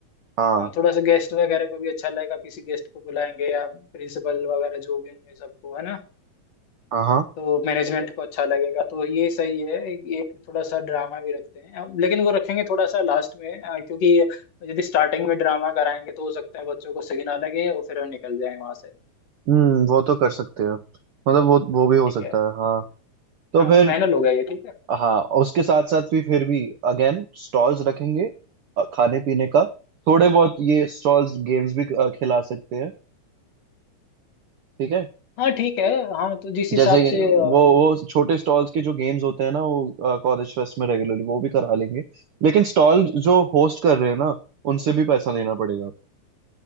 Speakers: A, on the right; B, on the left.
A: हाँ
B: हाँ, थोड़ा सा गेस्ट वगैरह को भी अच्छा लगेगा किसी गेस्ट को बुलाएंगे या प्रिंसिपल वगैरह जो भी होंगे सबको है ना
A: हाँ हाँ
B: तो मैनेजमेंट को अच्छा लगेगा तो ये सही है एक थोड़ा सा ड्रामा भी रखते हैं अब लेकिन वो रखेंगे थोड़ा सा लास्ट में अ, क्योंकि यदि स्टार्टिंग में ड्रामा कराएंगे तो हो सकता है बच्चों को सही ना लगे और फिर वो निकल जाए वहां से
A: हम्म वो तो कर सकते हैं मतलब वो वो भी हो
B: ठीक
A: सकता
B: है
A: है हाँ तो
B: हाँ
A: फिर
B: फाइनल हो गया ये ठीक है
A: हाँ उसके साथ साथ भी फिर भी अगेन स्टॉल्स रखेंगे अ, खाने पीने का थोड़े बहुत ये स्टॉल्स गेम्स भी अ, खिला सकते हैं ठीक है
B: हाँ ठीक है हाँ तो जिस हिसाब
A: जैसे कि
B: से अ,
A: वो वो छोटे स्टॉल्स के जो गेम्स होते हैं ना वो कॉलेज फेस्ट में रेगुलरली वो भी करा लेंगे लेकिन स्टॉल जो होस्ट कर रहे हैं ना उनसे भी पैसा लेना पड़ेगा